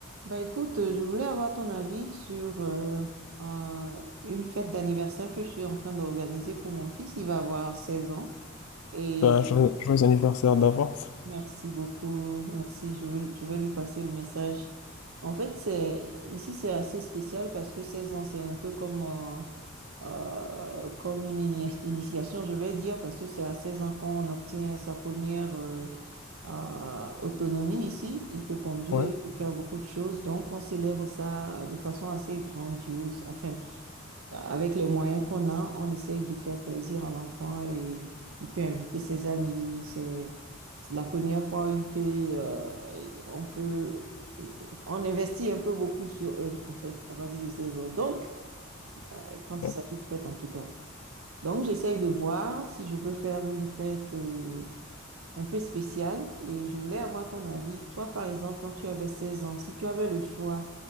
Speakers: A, on the right (about 75°); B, on the left (about 85°).
A: Bah écoute, euh, je voulais avoir ton avis sur euh, euh, une fête d'anniversaire que je suis en train d'organiser pour mon fils. Il va avoir 16 ans et
B: Ben, jo- joyeux anniversaire d'avance.
A: merci beaucoup, merci. Je veux, je vais lui passer le message. En fait, c'est ici c'est assez spécial parce que seize ans c'est un peu comme euh, euh, comme une ini- initiation, je vais dire, parce que c'est à 16 ans qu'on obtient sa première euh, euh, autonomie ici. Il peut conduire,
B: Ouais.
A: il peut faire beaucoup de choses. Donc, on célèbre ça de façon assez grandiose. Enfin, avec les moyens qu'on a, on essaye de faire plaisir à l'enfant et il peut inviter ses amis. C'est la première fois où il peut, euh, on peut, on investit un peu beaucoup sur eux, en fait, à partir de 16 ans. Donc, euh, quand
B: Ouais.
A: il s'agit de fête, en tout cas. Donc, j'essaye de voir si je peux faire une fête. euh, un peu spécial et je voulais avoir ton avis. Toi, par exemple, quand tu avais 16 ans, si tu avais le choix